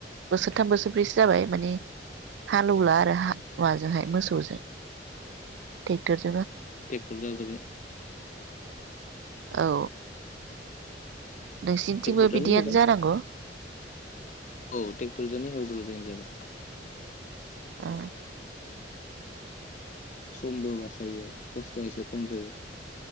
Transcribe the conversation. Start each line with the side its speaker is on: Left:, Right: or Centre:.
Right: बोसोरथाम बोसोरब्रैसो जाबाय माने हालेवला आरो माबाजोंहाय मोसौजों ट्रेक्टरजों
Left: ट्रेक्टर जाजोब्बाय।
Right: औ। नोंसिनिथिंबो
Left: ट्रेक्टरजोंनो
Right: बिदियानो
Left: मोजां
Right: जानांगौ।
Left: औ ट्रेक्टर जोनो एवजोबो जोंनिजाबो
Right: औ।
Left: समबो बासायो खस्थ'आ एसे खम जायो।